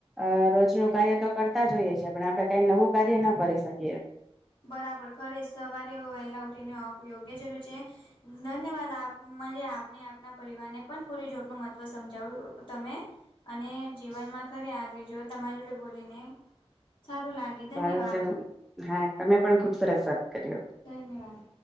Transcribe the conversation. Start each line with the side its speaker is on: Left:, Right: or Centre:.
Centre: અ રોજનું કાર્ય તો કરતા જઈએ છીએ પણ આપડણે કઈ નવું કાર્ય ના કરી શકીએ
Left: બરાબર ખરે સવારે વહેલા ઉઠીને યોગ્ય જરૂર છે ધન્યવાદ આપ આપને આપના પરિવારને પણ પૂરી જોપનું મહત્ત્વ સમજાવ તમે અને જીવનમાં ઘરે આગે જો તમારી જોડે બોલીને સારું લાગે
Centre: સરસ
Left: ધન્યવાદ
Centre: હા તમે પણ ખુબ સરસ વાત કર્યો
Left: ધન્યવાદ